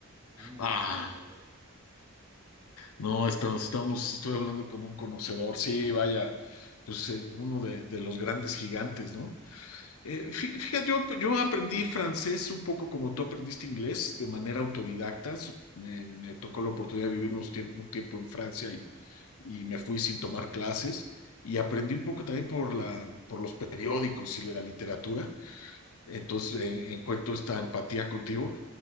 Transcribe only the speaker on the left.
Ah,
no, estamos, estamos, estoy hablando con un conocedor, sí, vaya, pues eh, uno de, de los grandes gigantes, ¿no? Eh, fí- fíjate, yo, yo aprendí francés un poco como tú aprendiste inglés, de manera autodidacta. So- Me, me tocó la oportunidad de vivir unos tiemp- un tiempo en Francia y, y me fui sin tomar
clases. Y aprendí un poco también por la, por los periódicos y la literatura. Entonces, eh, encuentro esta empatía contigo